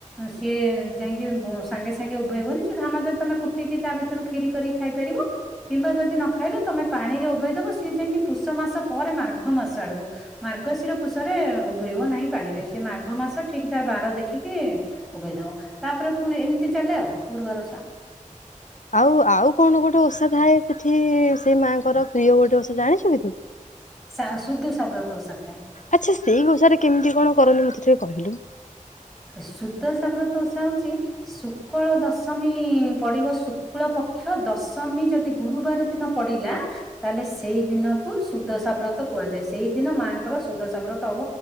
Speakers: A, in the centre; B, on the left (about 65°).
A: ସିଏ ଯାଇକି ସାଙ୍ଗେ ସାଙ୍ଗେ ଉଭେଇବନି। ସେ ଧାନ ଯଦି ତମେ କୁ ଟିକି ତା ଭିତରୁ ଖିରି କରିି ଖାଇପାରିବ। କିମ୍ବା ଯଦି ନ ଖାଇଲ ତମେ ପାଣିରେ ଉଭେଇ ଦବ ସିଏ ଯାଇକି ପୁଷ ମାସ ପରେ ମାର୍ଘ ମାସ ଆଡକୁ। ମାର୍ଗଶିର ପୁଷରେ ଉଭେଇବ ନାହିଁ। ପାଣିରେ ସେ ମାଘ ମାସ ଠିକ ତା ବାର ଦେଖିକି ଉଭେଇ ଦବ। ତାପରେ ପୁଣି ଏମିତି ଚାଲେ ଆଉ ଗୁରୁବାର ଓଷା।
B: ଆଉ ଆଉ କଣ ଗୋଟେ ଓଷା ଥାଏ ସେଠି ସେ ମାଆଙ୍କର ପ୍ରିୟ ଗୋଟେ ଓଷା ଜାଣିଛୁ କି ତୁ?
A: ଶାସୁଦସାବ୍ରତ ଓଷା ଥାଏ।
B: ଆଚ୍ଛା ସେଇ ଓଷାରେ କେମିତି କଣ କରନ୍ତି ମତେ ଟିକେ କହିଲୁ?
A: ସୁଦସାବ୍ରତ ଓଷା ହଉଛି ଶୁକ୍ଳ ଦଶମୀ ପଡିବ ଶୁକ୍ଳ ପକ୍ଷ ଦଶମୀ ଯଦି ଗୁରୁବାର ଦିନ ପଡିଲା ତାହେଲେ ସେଇ ଦିନକୁ ସୁଦଶା ସାବ୍ରତ କୁହାଯାଏ। ସେଇଦିନ ମାଆଙ୍କର ସୁଦସାବ୍ରତ ହବ।